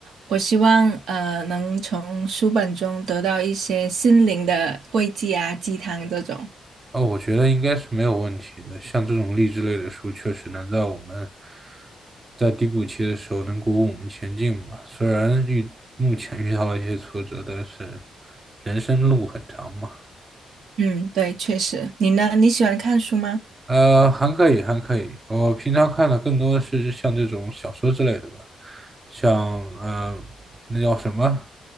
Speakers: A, on the right (about 85°); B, on the right (about 25°).
A: 我希望呃能从书本中得到一些心灵的慰藉啊，鸡汤这种。
B: 哦，我觉得应该是没有问题的。像这种励志类的书，确实能在我们在低谷期的时候能鼓舞我们前进吧。虽然遇目前遇到了一些挫折，但是人生路很长嘛。
A: 嗯，对，确实。你呢？你喜欢看书吗？
B: 呃，还可以，还可以。我平常看的更多是像这种小说之类的吧，像呃，那叫什么，